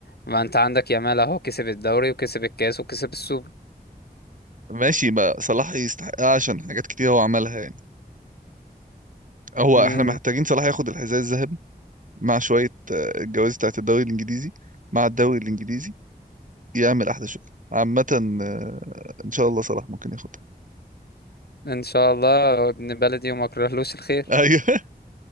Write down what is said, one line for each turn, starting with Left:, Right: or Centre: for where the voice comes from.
Left: ما انت عندك يامال اهو كسب الدوري وكسب الكاس وكسب السوبر
Right: ماشي ما صلاح يستحقها عشان حاجات كتير هو عملها يعني هو
Left: امم
Right: احنا محتاجين صلاح ياخد الحذاء الذهبي مع شويه آه، الجوائز بتاعت الدوري الانجليزي مع الدوري الانجليزي يعمل احلى شغل عامه آه، ان شاء الله صلاح ممكن ياخد
Left: ان شاء الله ابن بلدي وما اكرهلوش الخير
Right: ايوه <laughs>